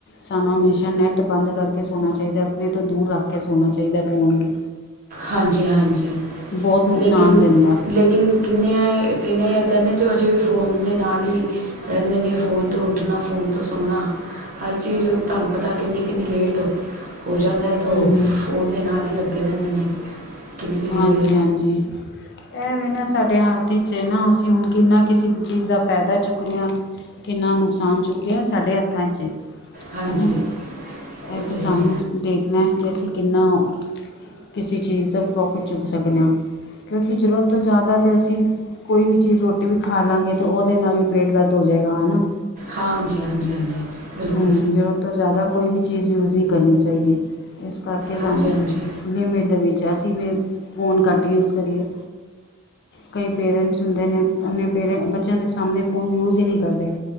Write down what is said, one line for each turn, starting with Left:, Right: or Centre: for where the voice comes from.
Left: ਸਾਨੂੰ ਹਮੇਸ਼ਾ ਨੈੱਟ ਬੰਦ ਕਰਕੇ ਸੋਣਾ ਚਾਹੀਦੈ, ਅਪਣੇ ਤੋਂ ਦੂਰ ਰੱਖ ਕੇ ਸੋਣਾ ਚਾਹੀਦੈ ਫੋਨ ਵੀ।
Right: ਹਾਂਜੀ-ਹਾਂਜੀ,
Left: ਬਹੁਤ ਨੁਕਸਾਨ
Right: ਲੇਕਿਨ,
Left: ਦਿੰਦਾ
Right: ਲੇਕਿਨ ਕਿੰਨੇ ਆਏ, ਕਿੰਨੇ ਈ ਇਧਰ ਨੇ ਹੋ ਹਜੇ ਵੀ ਫ਼ੋਨ ਦੇ ਨਾਲ ਹੀ ਕੈਂਦੇ ਨੇ, ਫੋਨ ਤੋਂ ਉੱਠਣਾ, ਫੋਨ ਤੋਂ ਸੋਣਾ ਹਰ ਚੀਜ਼ ਉਹ ਤੁਹਾਨੂੰ ਪਤਾ ਕਿੰਨੀ-ਕਿੰਨੀ ਲੇਟ ਹੋ ਜਾਂਦਾ ਹੈ
Left: ਹੂੰ ਹੂੰ
Right: ਫੋਨ ਦੇ ਨਾਲ ਹੀ ਲੱਗੇੇ ਰਹਿੰਦੇ ਨੇ ਕਿੰਨੀ ਕਿੰਨੀ
Left: ਹਾਂਜੀ-ਹਾਂਜੀ
Right: ਦੇਰ
Left: ਇਹਵੇਂ ਨਾ ਸਾਡੇ ਹੱਥ 'ਚ ਹੈ ਨਾ ਅਸੀਂ ਹੁਣ ਕਿੰਨਾ ਕਿਸੇ ਚੀਜ਼ ਦਾ ਫਾਇਦਾ ਚੁੱਕਦੇ ਹਾਂ। ਕਿੰਨਾ ਨੁਕਸਾਨ ਚੁੱਕਦੇ ਏਂ ਸਾਡੇ ਹੱਥਾਂ 'ਚ ਏ।
Right: ਹਾਂਜੀ
Left: ਹੈਨਾ
Right: ਉਹ
Left: ਇਹ ਤੇ
Right: ਤਾਂ
Left: ਸਾਨੂੰ
Right: ਹੈ
Left: ਦੇਖਣਾ ਮੈਂ ਕਿਹਾ, ਅਸੀਂ ਕਿਨਾ ਕਿਸੀ ਚੀਜ਼ ਦਾ ਪ੍ਰੋਫਿਟ ਚੁੱਕ ਸਕਦੇ ਹਾਂ। ਕਿਉਂਕਿ ਜ਼ਰੂਰਤ ਤੋਂ ਜ਼ਿਆਦਾ ਤੇ ਅਸੀਂ ਕੋਈ ਵੀ ਚੀਜ਼, ਰੋਟੀ ਵੀ ਖਾ ਲਾਂਗੇ ਤੇ ਓਦੇ ਨਾਲ ਵੀ ਪੇਟ ਦਰਦ ਹੋ ਜਾਵੇਗਾ, ਹੈਨਾ।
Right: ਹਾਂਜੀ, ਹਾਂਜੀ, ਹਾਂਜੀ, ਹਾਂਜੀ। ਬਿਲਕੁਲ
Left: ਹੂੰ, ਜ਼ਰੂਰਤ ਤੋਂ ਜ਼ਿਆਦਾ ਕੋਈ ਵੀ ਚੀਜ਼ ਯੂਜ਼ ਨਹੀਂ ਕਰਨੀ ਚਾਹੀਦੀ। ਇਸ ਕਰਕੇ ਸਾਨੂੰ
Right: ਹਾਂਜੀ ਹਾਂਜੀ
Left: ਲਿਮਿਟ ਦੇ ਵਿੱਚ, ਅਸੀਂ ਵੀ ਫੋਨ ਘੱਟ ਯੂਜ ਕਰੀਏ। ਕਈ ਪੇਰੈਂਟਸ ਹੁੰਦੇ ਨੇ, ਅਨੇ ਪੇਰੈਂ ਬੱਚਿਆਂ ਦੇ ਸਾਹਣੇ ਫੋਨ ਯੂਜ ਹੀ ਨਹੀਂ ਕਰਦੇ।